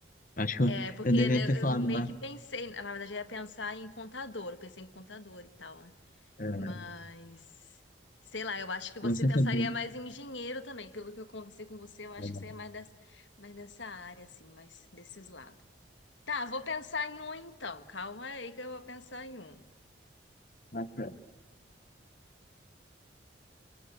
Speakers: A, on the left; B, on the left.
A: Acho que eu,
B: É, porque
A: eu deveria
B: né,
A: ter falado
B: eu meio
A: mais.
B: que pensei, na verdade, eu ia pensar em contador, eu pensei em contador e tal. né?
A: É,
B: Mas, sei lá, eu acho que você
A: você
B: pensaria
A: também.
B: mais em engenheiro também. Pelo que eu conversei com você, eu acho
A: é,
B: que você é mais dessa, mais dessa área, assim, mais desses lados. Tá, vou pensar em um então. Calma aí que eu vou pensar em um.
A: matemática.